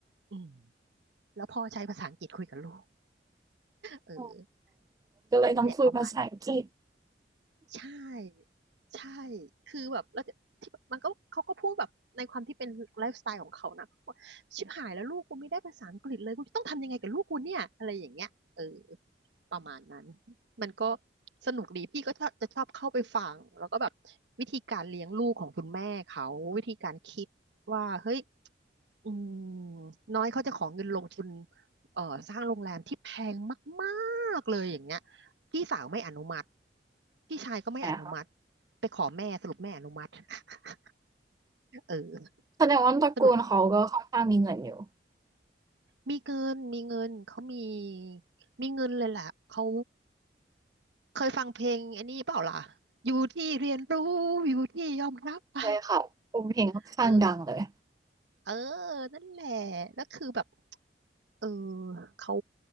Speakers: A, on the right; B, on the right.
A: อืมแล้วพ่อใช้ภาษาอังกฤษคุยกับลูกเออ
B: อ๋อก็เลยต้องคุยภาษาอังกฤษ
A: นี่แหละประมาณ ใช่ใช่คือแบบแล้วที่มันก็เขาก็พูดแบบในความที่เป็นไลฟ์สไตล์ของเขานะเขาบอกชิบหายแล้วลูกกูไม่ได้ภาษาอังกฤษเลยกูจะต้องทำยังไงกับลูกกูเนี่ยอะไรอย่างเงี้ยเออประมาณนั้น มันก็สนุกดีพี่ก็ชอบจะชอบเข้าไปฟังแล้วก็แบบวิธีการเลี้ยงลูกของคุณแม่เขาวิธีการคิดว่าเฮ้ย อืมน้อยเขาจะขอเงินลงทุนเอ่อสร้างโรงแรมที่แพงมากๆเลยอย่างเงี้ยพี่สาวไม่อนุมัติพี่ชายก็ไม่อนุมัติ
B: ไหมอะคะ
A: ไปขอแม่สรุปแม่อนุมัติ <laughs> เออ
B: แสดงว่าตระกูลเขาก็ค่อนข้างมีเงินอยู่
A: สรุปมีเงินมีเงินเขามีมีเงินเลยแหละเขาเคยฟังเพลงอันนี้เปล่าล่ะอยู่ที่เรียนรู้อยู่ที่ยอมรับไป
B: เลยค่ะโอ้เพลงค่อนข้างดังเลย
A: <laughs> เออเออนั่นแหละแล้วคือแบบเออเขา